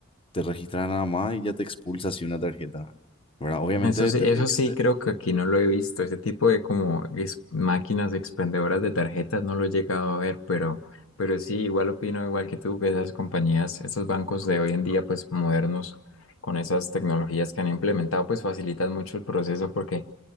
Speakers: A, on the left; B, on the left.
A: te registras nada más y ya te expulsa así una tarjeta, ¿verdad? Obviamente
B: Eso sí,
A: te-
B: eso
A: ellos
B: sí
A: te-
B: creo que aquí no lo he visto. Ese tipo de como es- máquinas expendedoras de tarjetas no lo he llegado a ver, pero, pero sí, igual opino igual que tú que esas compañías, esos bancos de hoy en día, pues modernos, con esas tecnologías que han implementado, pues facilitan mucho el proceso porque